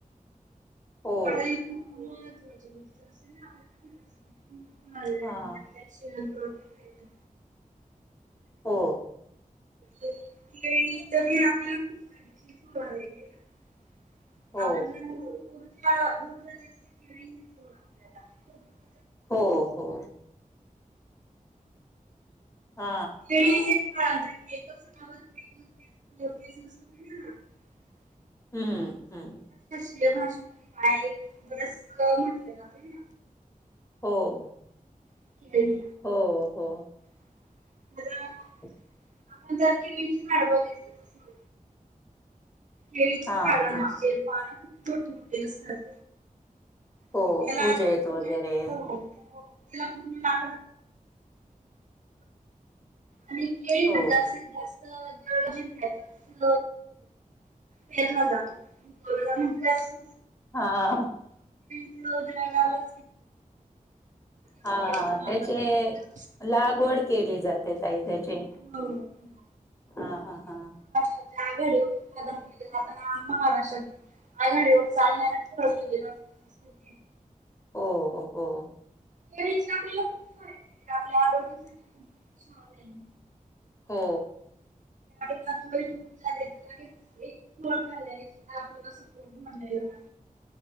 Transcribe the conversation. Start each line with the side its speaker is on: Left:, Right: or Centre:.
Left: हो
Right: पाई खूप महत्त्वाची गोष्ट असेल ना आपल्याला
Left: हा
Right: कयसाठी... हटल्याोटीळत....
Left: हो
Right: तर आपल्याला खूप फायदेशीर सुर आहे... आपल्या
Left: हो
Right: ज ऊर्जा ऊर्जा दची आपल्याला खू
Left: हो हो... हा
Right: हेच....
Left: हम्म हम्म...
Right: भाष काय बरच म्हटले न....
Left: हो....
Right: ह
Left: हो हो...
Right: ह....
Left: हो....
Right: आपण जर टी व्ही अडवाव घलं... केळीचे
Left: हा
Right: झाड पानं
Left: हा
Right: खूप मोठे मोठे असतात...
Left: हो
Right: आणि त्याला
Left: पूजेत
Right: तर पूर्ण
Left: वगैरे
Right: हो त्याला पूर्ण लाकड.... आणि केळी
Left: हो
Right: ह जास्तीत जास्त जिल्ह्यातच केरला जातो.... उगवला म्हणजे जास्तीत
Left: हा
Right: हो केळीचं
Left: हा
Right: उत्पादन
Left: त्याचे
Right: घेतात.
Left: लागवड केली जाते तई त्याची
Right: हो हो.
Left: हा हा हा
Right: आघाडी उत्पादन केले जात महाराष्ट्रात अ सास् <inaudible>
Left: हो हो
Right: तरी आपल्याला खूप फायदा आपल्या आरोग्यासाठी खूप छान आहे.
Left: हो
Right: ा आपल्याला <unintelligible> <unintelligible>